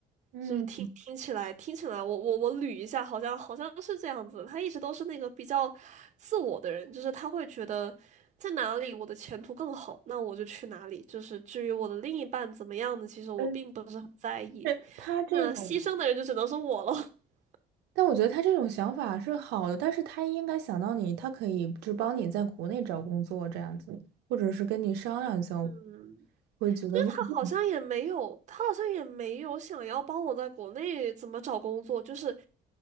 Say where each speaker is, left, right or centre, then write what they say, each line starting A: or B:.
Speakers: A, on the right; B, on the right.
A: 嗯，
B: 是不是听听起来听起来，我我我捋一下，好像好像是这样子。他一直都是那个比较自我的人，就是他会觉得在哪里我的前途更好，那我就去哪里。就是至于我的另一半怎么样呢，其实我并不是很在意。
A: 呃，是他这种，
B: 那牺牲的人就只能是我了。<laughs>
A: 但我觉得他这种想法是好的，但是他应该想到你，他可以就帮你在国内找工作这样子，或者是跟你商量一下。我
B: 嗯，
A: 会觉得如，
B: 他好像也没有，
A: 如
B: 他好像也没有想要帮我在国内怎么找工作。就是